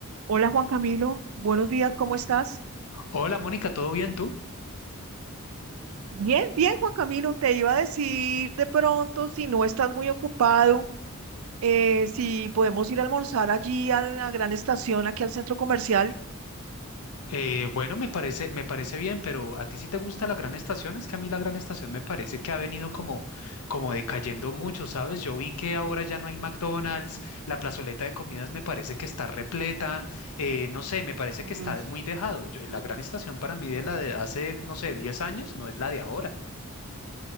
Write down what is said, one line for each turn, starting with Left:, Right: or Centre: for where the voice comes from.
Right: Hola Juan Camilo, buenos días, ¿cómo estás?
Left: Hola Mónica, ¿todo bien tú?
Right: Bien, bien Juan Camilo, te iba a decir de pronto si no estás muy ocupado, eh, si podemos ir a almorzar allí a la gran estación, aquí al centro comercial,
Left: Eh, bueno, me parece, me parece bien, pero ¿a ti sí te gusta la Gran Estación? Es que a mí la Gran Estación me parece que ha venido como, como decayendo mucho, ¿sabes? Yo vi que ahora ya no hay McDonald's, la plazoleta de comidas me parece que está repleta, eh, no sé, me parece
Right: Mm,
Left: que está muy dejado. Yo- la Gran Estación para mí de la de hace, no sé, 10 años no es la de ahora.